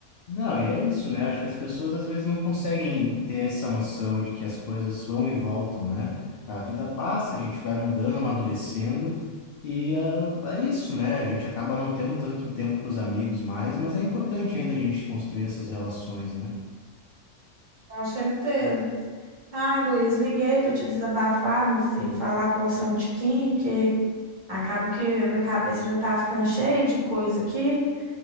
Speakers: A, on the left; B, on the right.
A: Não, e é isso, né? Acho que as pessoas às vezes não conseguem ter essa noção de que as coisas vão e voltam, né? A vida passa, a gente vai mudando, amadurecendo, e ah, é, isso, né? A gente acaba não tendo tanto tempo para os amigos mais, mas é importante ainda a gente construir essas relações, né?
B: com certeza. Ai, Luiz, liguei para te desabafar, meu filho, falar com você um tiquinho, que Acaba que a minha cabeça já tá ficando cheia de coisa aqui,